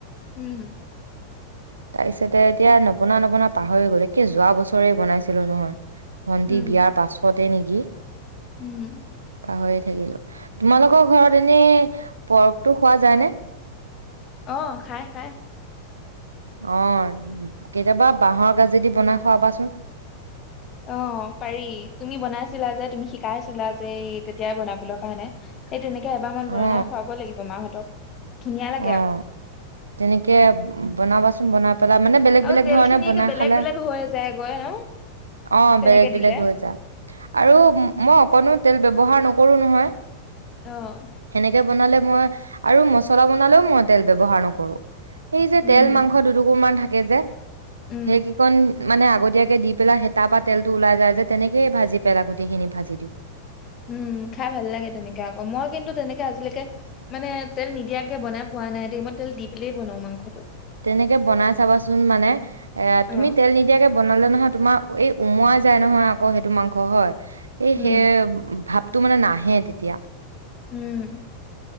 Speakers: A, on the left; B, on the right.
A: উম
B: তাৰপিছতে এতিয়া নবনাই নবনাই পাহৰি গ'লো একেই যোৱা বছৰে বনাইছিলো নহয় ভণ্টি
A: উম
B: বিয়াৰ পাছত তেনেকি
A: উম
B: পাহৰিয়ে থাকিলো, তোমালোকৰ ঘৰত এনে পৰ্কটো খোৱা যায় নে?
A: অ' খাই খাই,
B: অ' কেতিয়াবা বাঁহৰ গাজেদি বনাই খুৱাবাচোন?
A: অ পাৰি তুমি বনাইছিলা যে তুমি শিকাইছিলা যে তেতিয়াই বনাবলৈ কাৰণে এই তেনেকে এবাৰমান
B: অ
A: বনাই খুৱাব লাগিব মাহঁতক। ধুনীয়া লাগে
B: অ'
A: আকৌ
B: তেনেকে বনাবাচোন বনাব পেলা মানে বেলেগ
A: আৰু
B: বেলেগ
A: তেল
B: ধৰণে
A: খিনি
B: বনাই
A: একে বেলেগ
B: খালে,
A: বেলেগ হৈ যায়গৈ ন
B: অ
A: তেনেকে
B: বেলেগ বেলেগ
A: দিলে
B: হৈ যায়। আৰু মই অকনো- তেল ব্যৱহাৰ নকৰোঁ নহয়।
A: অঁ
B: কে বনালে মই আৰু মচ- লা বনালেও মই তেল ব্যৱহাৰ নকৰো এই যে
A: উম
B: তেল মাংস দুুটুকুৰ মান থাকে কে যে
A: উম
B: সে কি কন- মানে আগতীয়াকে দি পেলাই হেতাৰ পৰা তেলটো ওলাই যাই যে তেনেকেইে ভাজি পেলাই গোটেই খিনি ভাজি দিওঁ
A: উম! খাই ভাল লাগে তেনেকে আকৌ মই কিন্তু তেনেকে আজিলৈকে মানে তেল নিদিয়াকে বনাই পোৱা নাই দেই মই তেল দি পেলাই বনাও মাংসটো
B: তেনেকে বনাই চাবাচোন। মানে এ তুমি
A: অ
B: তেল নিদিয়াকে- বনালে নহয় তোমাৰ এই উমোৱাই যায় নহয় আকৌ সেইটো মাংস হয়। এই
A: উম
B: সে ভাপ টো মানে নাহে তেতিয়া।
A: উম'